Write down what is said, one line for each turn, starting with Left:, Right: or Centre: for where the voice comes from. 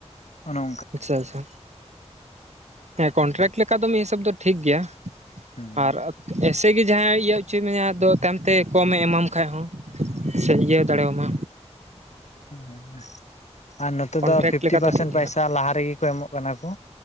Left: ᱚᱱᱚ
Right: ᱟᱪᱪᱷᱟ ᱪᱷᱟ ᱦᱮᱸ ᱠᱚᱱᱴᱨᱟᱠᱴ ᱞᱮᱠᱟ ᱫᱚ ᱢᱤᱫ ᱦᱤᱥᱟᱹᱵ ᱫᱚ ᱴᱷᱤᱠ ᱜᱮᱭᱟ
Left: ᱦᱮᱸ
Right: ᱟᱨ ᱮᱥ ᱛᱮᱜᱮ ᱡᱟᱦᱟᱸᱭ ᱤᱭᱟᱹ ᱚᱪᱚᱭ ᱢᱮᱭᱟ ᱟᱫᱚ ᱛᱟᱭᱚᱢᱛᱮ ᱠᱚᱢᱮ ᱮᱢᱟᱢ ᱠᱷᱟᱡ ᱦᱚᱸ ᱥᱮ ᱤᱭᱟᱹ ᱫᱟᱲᱮᱭᱢᱟ᱾
Left: ᱦᱮᱸ ᱟᱨ ᱱᱚᱛᱮ
Right: ᱠᱚᱱᱴᱨᱟᱠᱴ
Left: ᱫᱚ ᱯᱷᱤᱯᱴᱤ
Right: ᱞᱮᱠᱟ ᱫᱚ
Left: ᱯᱟᱨᱥᱮᱱ
Right: ᱴᱷᱤᱠ ᱜᱮ
Left: ᱯᱚᱭᱥᱟ
Right: ᱦᱟᱸᱜ
Left: ᱞᱟᱦᱟ ᱨᱮᱜᱮ ᱠᱚ ᱮᱢᱚᱜ ᱠᱟᱱᱟ ᱠᱚ᱾